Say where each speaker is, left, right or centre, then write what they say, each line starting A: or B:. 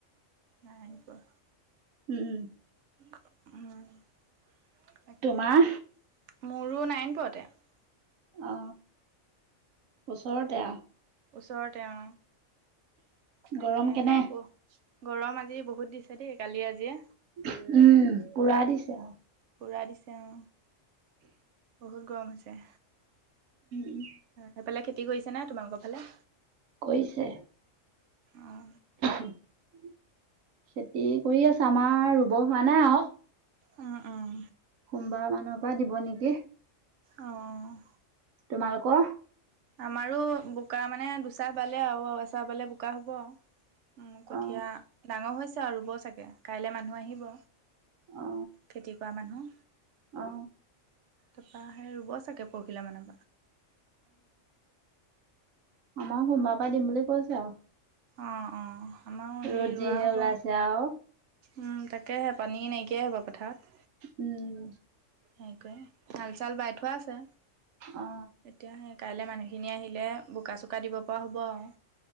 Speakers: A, on the right; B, on the right.
A: নাৰায়ণপুৰ
B: উম উম
A: উম তাকে
B: তোমাৰ
A: মোৰো নাৰায়ণপুৰতে
B: অ ওচৰতে
A: ওচৰতে অ, তাকে
B: গৰম কেনে
A: উফ গৰম আজি বহুত দিছে দেই কালি আজিয়ে
B: উম
A: একদম
B: পোৰা দিছে আও
A: পুৰা দিছে অ, বহুত গৰম হৈছে।
B: উম
A: সেইফালে খেতি কৰিছে নাই তোমালোকৰ ফালে
B: কৰিছে।
A: অ
B: খেতি কৰি আছোঁ আমাৰ ৰুব হোৱা নাই আৰু
A: অহ অহ
B: সোমবাৰৰ পৰা দিব নেকি
A: অঁহ
B: তোমালোকৰ
A: আমাৰো বোকা মানে দুচাহ বালে আৰু আছে চাবলে বোকা হ'ব কঠীয়া
B: অ
A: ডাঙৰ হৈছে আৰু ৰুব চাগে কাইলৈ মানুহ আহিব
B: অ
A: খেতি কৰা মানুহ
B: অ
A: তাৰপৰা সেই ৰুব চাগে পৰহিলে মানে
B: আমাৰ সোমবাৰৰ পৰা দিম বুলি কৈছে আৰু
A: অঁ অঁ আমাৰো সেই
B: ৰ'দ
A: ৰোৱা
B: যিহে
A: হ'ব।
B: ওলাইছে আৰু
A: উম তাকেহে পানী নাইকিয়াই হব পথাৰত
B: উম।
A: হেৰি হাল চাল বাই থোৱা আছে
B: অ
A: এতিয়া সেই কাইলৈ মানে সেইখিনি আহিলে বোকা চোকা দিব পৰা হ'ব আৰু